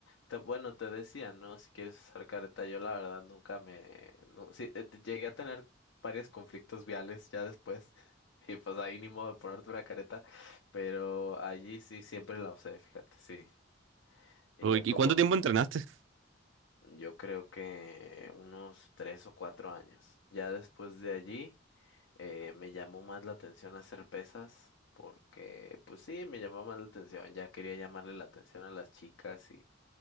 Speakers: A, on the left; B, on the right.
A: te- bueno, te decía, ¿no? Si quieres usar careta, yo la verdad nunca me, no, sí, eh, te- llegué a tener varios conflictos viales ya después, <laughs> y pues ahí ni modo de ponerte una careta, pero allí sí siempre la usé, fíjate, sí. Y
B: Uy,
A: ya como,
B: ¿Y cuánto tiempo entrenaste?
A: yo creo que unos tres o cuatro años. Ya después de allí. Eh, me llamó más la atención hacer pesas porque, pues sí, me llamó más la atención. Ya quería llamarle la atención a las chicas y,